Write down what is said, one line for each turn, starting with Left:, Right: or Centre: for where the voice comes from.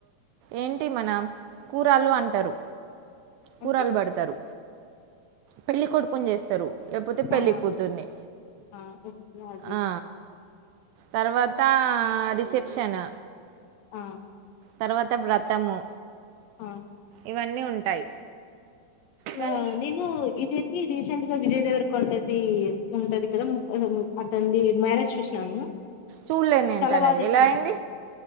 Right: ఏంటి మన కూరలు అంటారు
Left: అంటే
Right: కూరలు పడతారు పెళ్ళి కొడుకుని చేస్తారు లేకపోతే పెళ్ళి
Left: ఆ
Right: కూతుర్ని
Left: ఆ ఓకే అది
Right: ఆ తర్వాతా రిసెప్షను
Left: ఆ
Right: తర్వాత వ్రతము
Left: ఆ
Right: ఇవన్నీ ఉంటాయి కానీ
Left: ఆ నేను ఇదేంది రీసెంట్ గా విజయ్ దేవర కొండది ఉంటది కదా <unintelligible> మ్యారేజ్ చూసినాను
Right: చూడలేదు నేను
Left: చాలా
Right: తనది
Left: బాగా చేసుకున్నారు
Right: ఎలా అయింది